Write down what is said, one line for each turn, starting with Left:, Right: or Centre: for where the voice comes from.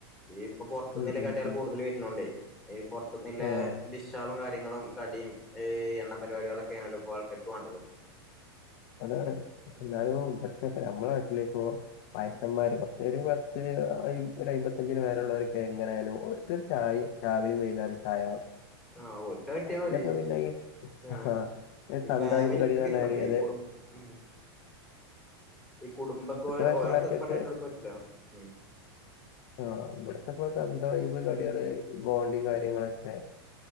Centre: ഈ ഇപ്പൊ പുറത്തുനിന്നല്ല
Left: ഉം
Centre: കട്ടികൾ
Left: ഉം ഉം
Centre: കൂടുതൽ വരണോണ്ട പുറത്തുനിന്നല്ല
Left: ആഹ്
Centre: ഡിഷളും കാര്യങ്ങളും കടിയും എണ്ണ പരിപാടികളൊക്കെ ണല്ല ഇപ്പോൊ ആൾക്കാക്ക് വേണ്ടത്
Left: അതാണ് പക്ഷ
Centre: ഉം
Left: എന്നഞാനും ഇവിടത്തെക്ക നമ്മളെ നാട്ടിലേപ്പ വയസാംന്മാർ
Centre: ഉം
Left: കുറച്ച പത്ത് ഒരു അമ്പത്തഞ്ചിന് പേല ഉുള്ളവർക്ക് എങ്ങനൊയാലും ഒക്ക്ൊരു ചായ രാവിലെ വ്യുന്നരും ചായയാ
Centre: ആഹ് ഓൽക്ക് അത് കിട്ടിയാ മതി
Left: ഇതപ്പന്ന
Centre: പക്ഷെ ആഹ്
Left: ആഹ ഏ
Centre: ഈ
Left: തന്തായപ്പ്
Centre: ഫാമിലി
Left: കടിന്നറിയതെ
Centre: ഒക്കെ വരുമ്പോൾക്കെ കുടും ഉം ഈ കുടുംബക്ക
Left: വയസ്സന്മാർക്കൊക്കെ
Centre: ഓരോഥത് പടന്നെ എടുക്ക പറ്റില്ല ഉ
Left: ആ ഇവിടത്തെപ്പോ തന്തവൈബ് കടികള് ബോണ്ടും
Centre: ഉം
Left: കാര്യങ്ങളൊക്കെ